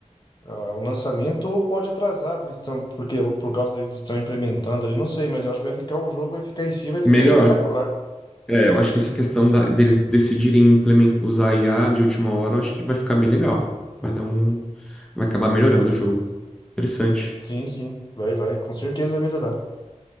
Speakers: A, on the left; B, in the centre.
A: ah, o lançamento ou pode atrasar, porque, eles estão, porque por causa deles estão implementando ali, não sei, mas eu acho que vai ficar o jogo, vai ficar em si, vai ficar
B: Melhor.
A: espetacular.
B: É, eu acho que essa questão da- deles decidirem implementar, usar a IA de última hora, eu acho que vai ficar bem legal. Vai dar um. Vai acabar melhorando o jogo. Interessante.
A: Sim, sim, vai, vai, com certeza vai melhorar.